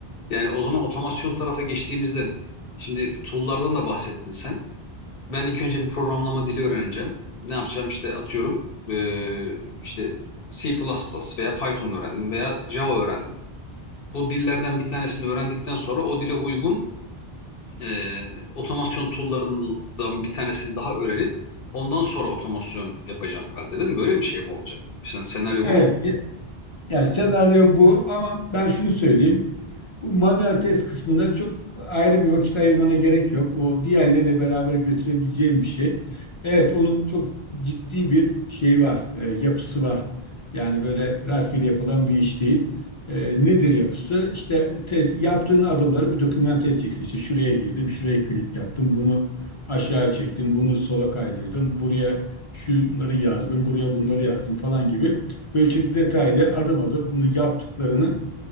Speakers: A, on the left (about 65°); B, on the left (about 35°).
A: Yani o zaman otomasyon tarafa geçtiğimizde şimdi tool'lardan da bahsettin sen ben ilk önce bir programlama dili öğreneceğim. Ne yapacağım işte atıyorum eee, işte C++ veya Python öğrendim veya Java öğrendim. Bu dillerden bir tanesini öğrendikten sonra o dile uygun eee, otomasyon tool'larından bir tanesini daha öğrenip ondan sonra otomasyon yapacağım herhalde değil mi? Böyle bir şey mi olacak? Sen- Senaryo
B: Evet,
A: bu mu?
B: ya, yani senaryo bu ama ben şunu söyleyeyim. Bu manuel test kısmına çok ayrı bir vakit ayırmana gerek yok. O diğerleriyle beraber götürebileceğim bir şey. Evet, onun çok ciddi bir şeyi var, e, yapısı var. Yani böyle rastgele yapılan bir iş değil. E, nedir yapısı? İşte tez, yaptığın adımları bir dokümante edeceksin. İşte şuraya girdim, şuraya klik yaptım, bunu aşağı çektim, bunu sola kaydırdım, buraya şunları yazdım, buraya bunları yazdım falan gibi. Böyle çok detaylı adım adım yaptıklarını